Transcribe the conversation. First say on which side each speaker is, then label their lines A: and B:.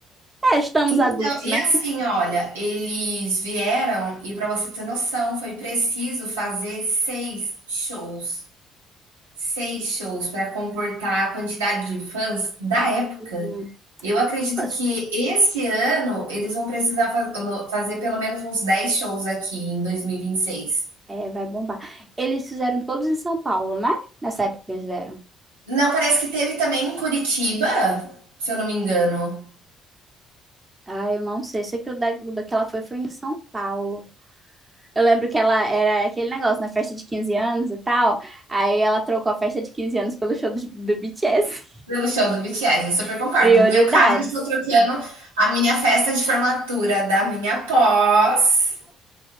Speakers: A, on the right; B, on the right.
A: É, estamos
B: então,
A: adultos,
B: e
A: né?
B: assim, olha, eles vieram e para você ter noção, foi preciso fazer seis shows. seis shows para comportar a quantidade de fãs da época.
A: Hum,
B: Eu acredito
A: Mas
B: que esse ano eles vão precisar fa- no- fazer pelo menos uns 10 shows aqui em dois mil e e vinte e seis.
A: é, vai bombar. Eles fizeram todos em São Paulo, né? Nessa época que eles vieram.
B: Não, parece que teve também em Curitiba, se eu não me engano,
A: Ah, eu não sei. Sei que o da, o da que ela foi foi em São Paulo. Eu lembro que ela era aquele negócio na festa de 15 anos e tal. Aí ela trocou a festa de 15 anos pelo show do, do BTS.
B: pelo show do BTS. Eu super
A: <laughs>
B: concordo.
A: Prioridades.
B: No meu caso, eu estou trocando a minha festa de formatura da minha pós